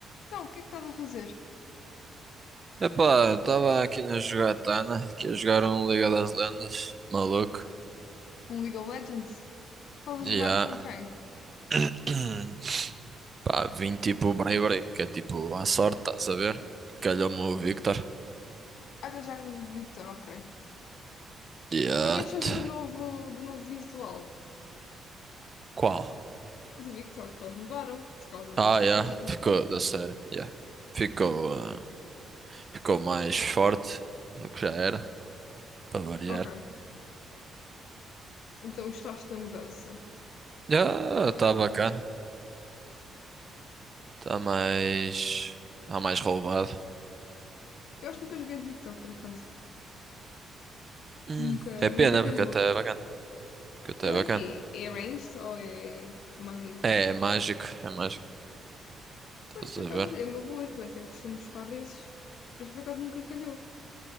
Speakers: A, on the left; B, on the right.
A: Então, o que é que estás a fazer?
B: Epá, eu tava aqui na jogatana, que a jogaram Liga das Lendas, maluco,
A: Um League of Legends? Estás
B: e
A: a jogar
B: há,
A: com quem?
B: <clears throat> pá, vim tipo Bray Bray, que é tipo à sorte, estás a ver? Calhou-me o Victor,
A: Ah, estás a jogar com o Victor, ok. O
B: e há,
A: que é que achas
B: t-
A: do novo, do novo visual
B: qual?
A: de Victor que eles mudaram por causa
B: Ah,
A: da, da
B: yeah,
A: série?
B: ficou da série, yeah. Ficou, ah, ficou mais forte do que já era, para variar.
A: Ok, então gostaste da mudança.
B: Já, tá bacana, tá mais, tá mais roubado.
A: Eu acho que nunca joguei de Victor, por acaso.
B: Hum,
A: Nunca,
B: é pena,
A: nunca calhou.
B: porque até é bacana, porque até
A: Ele
B: é bacana.
A: é quê? É ranged ou é mais...
B: É, é mágico, é mágico. Estás
A: Pois, por
B: a
A: acaso,
B: ver?
A: é uma boa, que eu até costumo gostar desses. Mas por acaso nunca calhou.